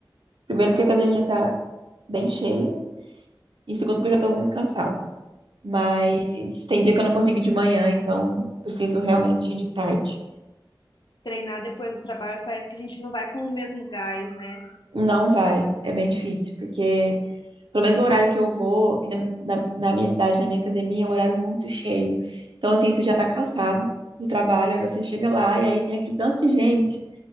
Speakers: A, on the right; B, on the left.
A: Primeiro, porque a academia tá bem cheia, e segundo, porque eu já estou muito cansada. Mas tem dia que eu não consigo ir de manhã, então preciso realmente ir de tarde.
B: treinar depois do trabalho, parece que a gente não vai com o mesmo gás, né?
A: Não vai, é bem difícil, porque pelo menos o horário que eu vou, aqui na, na, na minha cidade, na minha academia, é um horário muito cheio. Então, assim, você já tá cansado do trabalho, aí você chega lá e aí tem aquele tanto de gente,